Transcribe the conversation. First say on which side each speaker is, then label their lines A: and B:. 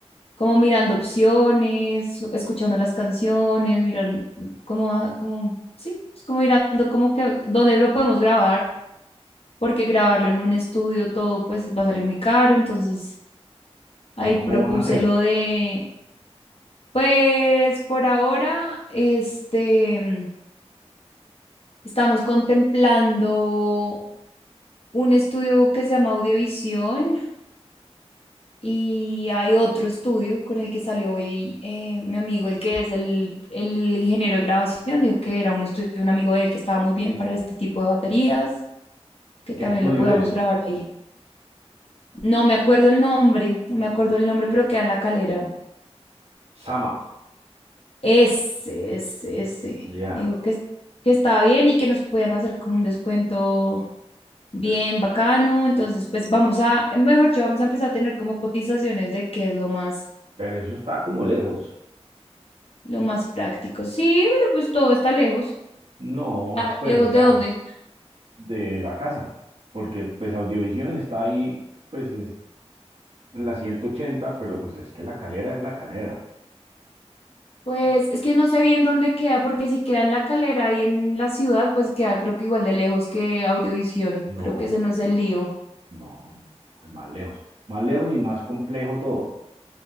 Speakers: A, on the left; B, on the right.
A: como mirando opciones, escuchando las canciones, mirar como, a- como, sí, es como mirando como que dónde lo podemos grabar, porque grabarlo en un estudio todo pues va a salir muy caro, entonces ahí
B: ¿Y cómo
A: propuse
B: van a hacer?
A: lo de, pues por ahora, este, mm, estamos contemplando un estudio que se llama Audiovisión Y hay otro estudio con el que salió hoy eh, mi amigo, el que es el, el ingeniero de grabación, dijo que era un estudio, de un amigo de él que estaba muy bien para este tipo de baterías, que
B: ¿Qué
A: también
B: estudio
A: lo podíamos
B: es?
A: grabar ahí. No me acuerdo el nombre, no me acuerdo el nombre, pero queda en la calera.
B: Sama.
A: Ese, ese, ese.
B: Ya.
A: Dijo que, es- que estaba bien y que nos podían hacer como un descuento bien
B: pe-
A: bacano. Entonces, pues vamos a, mejor dicho, vamos a empezar a tener como cotizaciones de qué es lo más
B: Pero, eso está como lejos.
A: Lo más práctico. Sí, pero pues todo está lejos.
B: No,
A: Ah,
B: pues,
A: ¿Lejos
B: o sea,
A: de dónde?
B: de la casa. Porque, pues, Audiovisión está ahí, pues, es en la ciento ochenta pero, pues, es que la calera es la calera.
A: Pues
B: Y
A: es que no sé bien dónde queda, porque si queda en la calera y en la ciudad, pues queda creo que igual de lejos que Audiovisión.
B: No,
A: Creo que ese no es el lío.
B: no, no, no, es más lejos. Más lejos y más complejo todo.